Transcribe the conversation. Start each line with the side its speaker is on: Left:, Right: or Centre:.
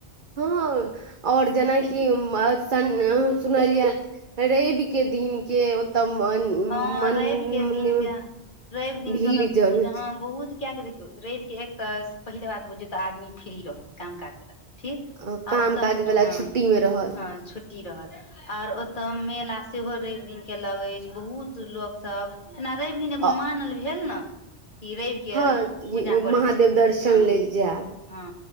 Right: हँ आओर जेनाकि
Left: ह
Right: म अ सन सुनलियै रविक के दिन के ओतऽ मन
Left: ह
Right: मंदिर
Left: रवि के दिन
Right: मे
Left: के रवि दिन
Right: भीड़
Left: के तऽ
Right: जड़
Left: पूज
Right: होइ
Left: ह
Right: छै
Left: बहुत क के देख रविक के एक तऽ पहिले बात बुझियौ तऽ आदमी फ्री रहल काम काज वला सब ठीक
Right: अ,
Left: आ
Right: काम
Left: ओ तऽ
Right: काज वाला
Left: हँ
Right: छुट्टी मे रहल
Left: हं छुट्टी रहल और ओतय मेला सेहो रवि दिन <unintelligible> अछि बहुत लोक सब जेना रवि दिन एगो
Right: ह
Left: मानल भेल ने कि रवि के
Right: हँ जी,
Left: पूजा करै
Right: महादेव
Left: छै
Right: दर्शन
Left: हँ
Right: लेल जायब
Left: हँ